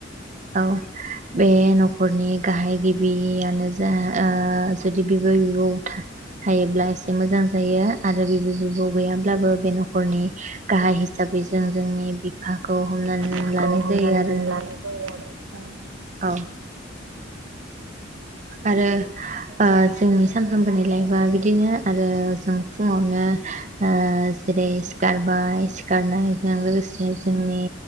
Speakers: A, on the right; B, on the right.
A: औ बे न'खरनि गाहाय गिबियानो जा ओ जुदि बिबै- बिबौ था हायो ब्ला एसे मोजां जायो। आरो बिबै बिब' गैयाब्लाबो बे न'खरनि गाहाय हिसाबै जों जोंनि बिफाखौ हमनानै
B: बिफाखौ
A: लानाय
B: हमनानै
A: जायो आरो
B: लानाय जायो। औ।
A: औ आरो ओ जोंनि सानफ्रोमबोनि लाइफआ बिदिनो आरो जों फुङावनो ओ जेरै सिखारबाय सि गानाय आरो लोगोसे जोंनि